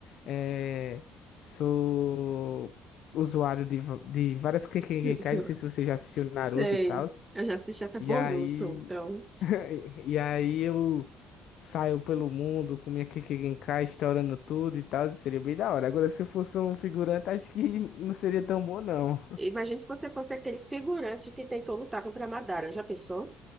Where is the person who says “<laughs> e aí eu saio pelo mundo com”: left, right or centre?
Left